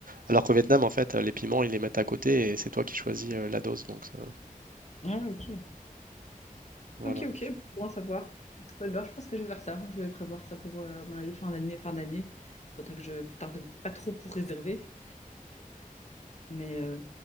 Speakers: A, on the right; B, on the left.
A: Alors qu'au Vietnam, en fait, euh, les piments, ils les mettent à côté et c'est toi qui choisis euh, la dose. Donc, euh,
B: Ah, ouais, ok.
A: voilà.
B: Ok, ok. Bon bon à savoir. Ouais, ben, je pense que je vais faire ça. Je vais prévoir ça pour euh, mon avis fin d'année. Fin d'année. Faudrait que je tarde pas trop pour réserver. Mais euh,